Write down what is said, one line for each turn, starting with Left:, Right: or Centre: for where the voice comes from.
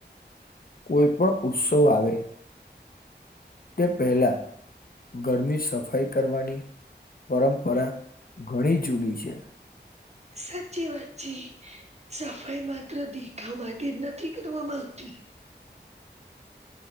Left: કોઈ પણ ઉત્સવ આવે તે પહેલા ઘરની સફાઈ કરવાની પરંપરા ઘણી જૂની છે.
Right: સાચી વાતચી સફાઈ માત્ર દેખા માટે જ નથી કરવામાં આવતી.